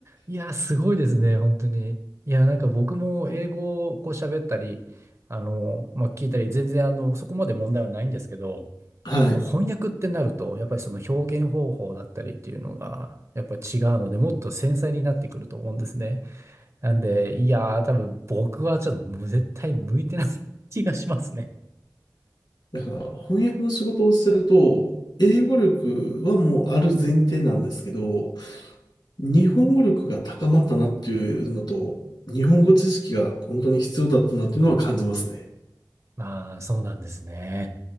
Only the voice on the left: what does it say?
<laughs> はい。
だから、翻訳の仕事をすると、英語力はもうある前提なんですけど、日本語力が高まったなっていうのと、日本語知識が本当に必要だったなっていうのは感じますね。